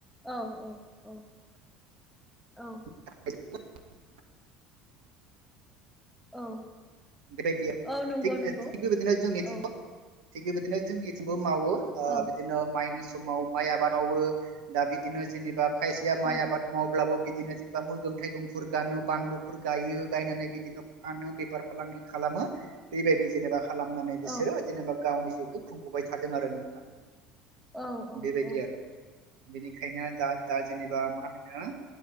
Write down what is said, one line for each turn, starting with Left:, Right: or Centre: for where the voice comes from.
Centre: औ औ औ औ।
Right: <unintelligible>
Centre: औ।
Right: बेबायदियाव
Centre: औ नंगौ
Right: थि
Centre: नंगौ
Right: थिग बेबायदिनो जोंनिथिंबो
Centre: औ
Right: थिग बेबायदिनो जोंनिथिंबो मावो अ
Centre: औ
Right: बिदिनो माइनि समाव माइ आबाद मावो दा बिदिनो जेनेबा खायसेया
Centre: औ
Right: माइ आबाद मावब्लाबो बिदिनो जेनेबा मैगं थाइगंफोर गानो बानलुफोर गायो गायनानै बिदिनो फानो बेफार फालांगि खालामो बेबायदि जेनेबा खालामनानै
Centre: औ
Right: बिसोरो जेनेबा गावनि जेखौ खुंबोबाय थादों आरो नोंथां।
Centre: औ औ
Right: बेबायदि
Centre: औ।
Right: आरो बेनिखायनो दा दा जेनेबा मा होनो